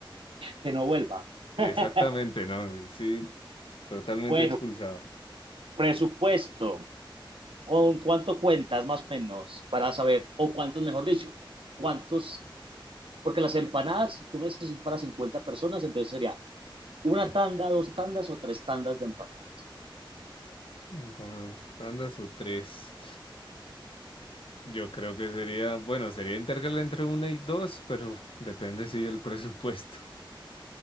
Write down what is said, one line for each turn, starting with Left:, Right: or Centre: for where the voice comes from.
Right: Que no vuelva.
Left: Exactamente,
Right: <laughs>
Left: ¿no? Sí, totalmente
Right: Bueno,
Left: expulsado.
Right: Presupuesto, ¿con cuánto cuentas más o menos para saber, o cuántos, mejor dicho, cuántos, porque las empanadas, si tú me dices son para 50 personas, entonces sería una tanda, dos tandas o tres tandas de empanadas.
Left: Entonces, tandas o tres. Yo creo que sería, bueno, sería intercalar entre una y dos, pero depende, si sí, del presupuesto.